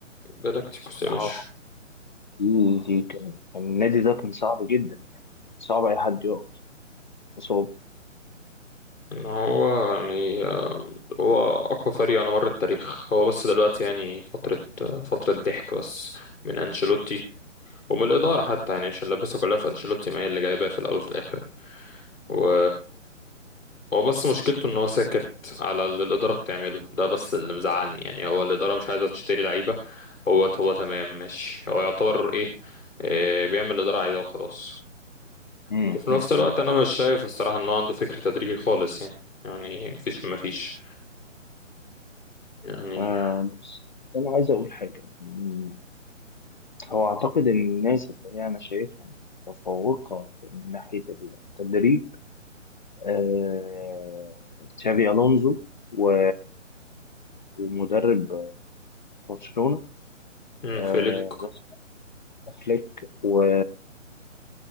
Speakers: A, on the left (about 85°); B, on the left (about 35°).
A: جالاكتيكوس يا
B: اه
A: باشا
B: دي دي كان كان النادي ده كان صعب جدا يعني كان صعب اي حد يقف قصاد
A: ان هو يعني هو اقوى فريق على مر التاريخ هو بس دلوقتي يعني فترة فترة ضحك بس من انشيلوتي ومن الإدارة حتى يعني عشان لبسها كلها في انشيلوتي ما هي اللي جايباه في الاول وفي الاخر و هو بس مشكلته ان هو ساكت على اللي الاداره بتعمله ده بس اللي مزعلني يعني هو الاداره مش عايزه تشتري لعيبه هو هو تمام ماشي هو يعتبر ايه, إيه بيعمل اللي الاداره عايزاه وخلاص
B: مم،
A: وفي نفس
B: مم،
A: الوقت
B: مم.
A: انا مش شايف الصراحه ان هو عنده فكر تدريبي خالص يعني يعني مفيش مفيش يعني
B: آه بص انا عايز اقول حاجة يعني هو اعتقد ان الناس اللي هي انا شايفها متفوقة من ناحية التدريب آه تشافي الونزو و... ومدرب برشلونة
A: مم،
B: آه
A: فيليك
B: بس فليك و...